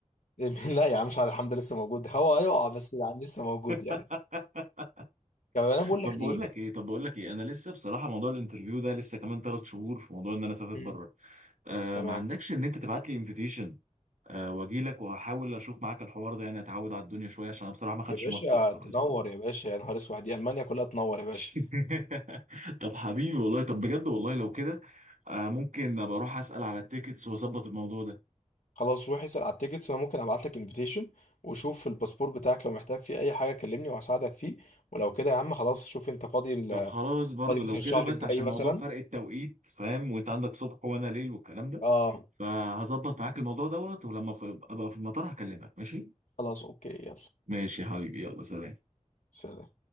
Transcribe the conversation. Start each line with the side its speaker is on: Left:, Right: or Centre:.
Left: <laughs> لا يا عم مش على الحمد لله لسه موجود هو هيقع بس يعني لسه موجود يعني
Right: <laughs>
Left: طب انا بقول
Right: طب
Left: لك ايه
Right: بقول لك ايه طب بقول لك ايه انا لسه بصراحه موضوع الانترفيو ده لسه كمان ثلاث شهور في موضوع ان انا اسافر بره
Left: مم.
Right: آه
Left: تمام
Right: ما عندكش ان انت تبعت لي انفيتيشن آه واجي لك واحاول اشوف معاك الحوار ده يعني اتعود على الدنيا شويه عشان انا بصراحه ما خدتش
Left: يا باشا
Right: ماسترز
Left: تنور
Right: ولا حاجة زي كده.
Left: يا باشا يا نهار اسود دي المانيا كلها تنور يا باشا
Right: <laughs> طب حبيبي والله طب بجد والله لو كده آه ممكن ابقى اروح اسال على التيكتس واظبط الموضوع ده
Left: خلاص روح اسال على التيكتس وانا ممكن ابعت لك انفيتيشن وشوف الباسبور بتاعك لو محتاج فيه اي حاجه كلمني وهساعدك فيه ولو كده يا عم خلاص شوف انت فاضي
Right: طب خلاص برضو
Left: فاضي مثلا
Right: لو كده
Left: الشهر
Right: بس
Left: الجاي
Right: عشان
Left: مثلا
Right: موضوع فرق التوقيت فاهم وانت عندك صبح وانا ليل والكلام ده
Left: اه
Right: فهظبط معاك الموضوع دوت ولما في- ابقى في المطار هكلمك ماشي
Left: خلاص اوكي يلا
Right: ماشي يا حبيبي يلا سلام
Left: سلام